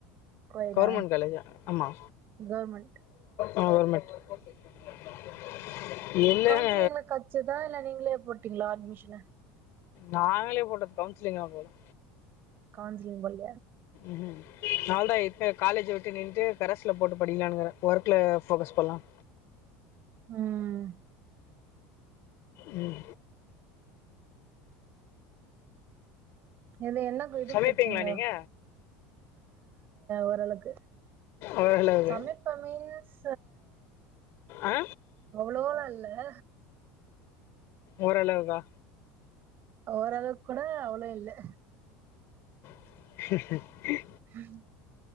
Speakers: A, on the right; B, on the left.
A: கோயடா
B: கவர்மெண்ட் காலேஜ் ஆமா
A: கவர்மெண்ட்
B: கவர்மெண்ட் <unintelligible> இல்லங்க
A: கவுன்சிலிங்குல கெடச்சதா இல்ல நீங்க முன்னாலே போட்டீங்களா அட்மிஷனு
B: நாங்களே போட்டது கவுன்சிலிங்கா போடல
A: கவுன்சிலிங்க போல
B: ம் நால தான் காலேஜ் விட்டு நின்ட்டு கரஸ்ல போட்டு படிக்கலான்ங்கிறேன் ஒர்க்ல போக்கஸ் பண்ணலாம்
A: உஹம்
B: உம்
A: இது என்னக்கு இது
B: சமைப்பீங்களா
A: பசங்க
B: நீங்க
A: ஓரளவுக்கு
B: ஓரளவுக்கு
A: சமைப்ப மீன்ஸ்
B: ஆ
A: அவ்வளோல இல்ல <inaudible>
B: ஓரளவுகா
A: ஓர கூட அவ்ளோ இல்லை
B: <inaudible>
A: ஹம்